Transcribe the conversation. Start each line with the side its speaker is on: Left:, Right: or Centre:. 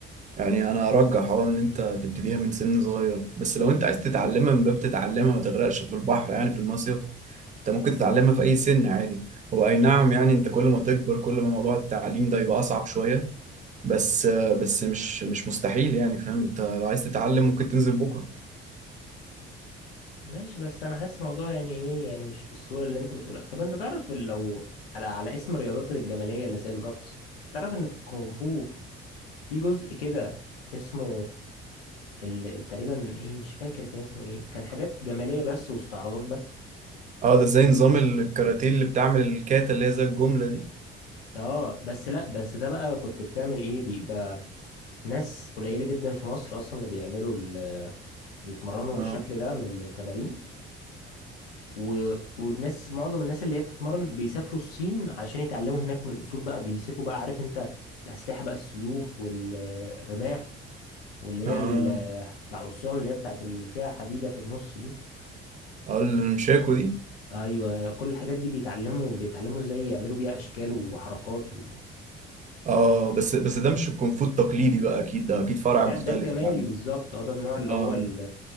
Right: يعني أنا أرجح أه إن أنت تبتديها من سن صغير بس لو أنت عايز تتعلمها من باب تتعلمها ما تغرقش في البحر يعني في المصيف أنت ممكن تتعلمها في أي سن عادي هو أي نعم يعني أنت كل ما تكبر كل ما موضوع التعليم ده يبقى أصعب شوية بس بس مش مش مستحيل يعني فاهم انت لو عايز تتعلم ممكن تنزل بكره
Left: ماشي بس انا حاسس الموضوع يعني ايه يعني مش بالصورة اللي انت بتقولها طب انت تعرف ال- لو على على اسم الرياضات الجمالية اللي زي الغطس تعرف ان في الكونغ فو في جزء كده اسمه ال- تقريبا ايه مش فاكر كان اسمه ايه كان حاجات جماليه بس واستعراضات بس
Right: اه ده زي نظام الكاراتيه اللي بتعمل الكاتا اللي هي زي الجمله دي
Left: اه بس لا بس ده بقى كنت بتعمل ايه بيبقى ناس قليله جدا في مصر اصلا اللي بيعملوا ال... بيتمرنوا
Right: اه
Left: الشكل ده من التمارين و... والناس معظم الناس اللي هي بتتمرن بيسافروا الصين علشان يتعلموا هناك من الاصول بقى بيمسكوا بقى عارف انت الاسلحه بقى السيوف والرماح واللي هي
Right: اه
Left: ال- العصيان اللي هي بتاعت اللي فيها حديده في النص دي
Right: اه المشاكو دي
Left: ايوه كل الحاجات دي بيتعلموا بيتعلموا ازاي يعملوا بيها اشكال وحركات و...
Right: اه بس بس ده مش الكونفو التقليدي بقى اكيد ده اكيد فرع
Left: ده
Right: مختلف
Left: ده الجمالي
Right: يعني
Left: بالظبط اه ده النوع اللي
Right: اه
Left: هو ال...